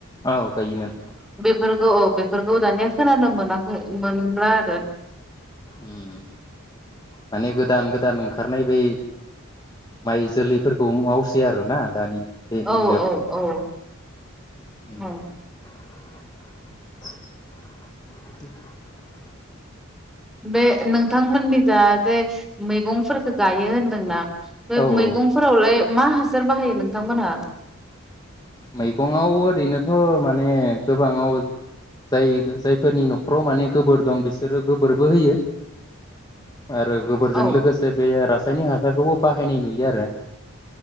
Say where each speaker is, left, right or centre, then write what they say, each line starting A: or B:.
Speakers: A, on the left; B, in the centre.
A: औ गायोमोन।
B: फोरखौ औ बेफोरखौ दानिया खोनानो मोनाखै। मोनला आरो
A: उम माने गोदान गोदान ओंखारनाय बै माइ जोलै फोरखौ मावसै आरोना दानि बे
B: औ
A: मुगायाव
B: औ औ।
A: <inaudible>
B: औ
A: <inaudible>
B: बे नोंथांमोननि जा जे मैगंफोरफोरखौ गायो होनदोंना। बे
A: औ
B: मैगंफोरावलाय।
A: औ
B: मा हासार बाहायो नोंथांमोनहा?
A: मैगं आव‌ ओरैनोथ' माने गोबांङाव जाय जायफोरनि न'खराव माने गोबोर दं बिसोरो गोबोरबो होयो। आरो गोबोरजों
B: औ
A: लोगोसे बे रासायनिक हास फिसाखौबो बाहायनाय नुयो आरो